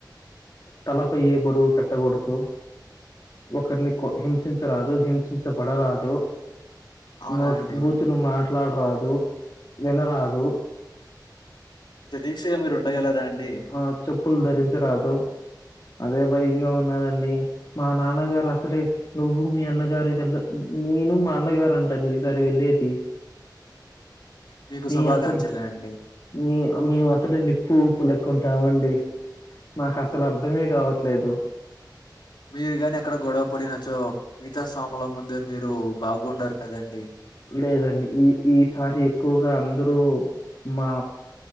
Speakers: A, on the left; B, on the left.
A: తలపై ఏ బరువు పెట్టగూడదు ఒకరిని కో హింసించరాదు హింసించబడరాదు
B: అవునా
A: నోట్
B: అండి
A: బూతులు మాట్లాడరాదు వినరాదు
B: ఇంత దీక్షగా మీరు ఉండగలరా అండి
A: ఆ చెప్పులు ధరించరాదు అదే భయంగా ఉన్నదండి మా నాన్నగారు అసలే నువ్వు మీ అన్నగారి వెళ్ళ నేను మా అన్నగారు అంటానా ఈసారి వెళ్ళేది
B: మీకు
A: మీ
B: శుభాకాంక్షలే
A: అసలు
B: అండి
A: మీ మేము అసలే నిప్పు ఉప్పు లెక ఉంటామండి మాకు అసలు అర్ధమే కావట్లేదు
B: మీరు గానీ అక్కడ గొడవ పడినచ్చో మిగతా స్వాముల ముందే మీరు బాగుండరు కదండి
A: లేదండి ఈ ఈసారి ఎక్కువగా అందరూ మా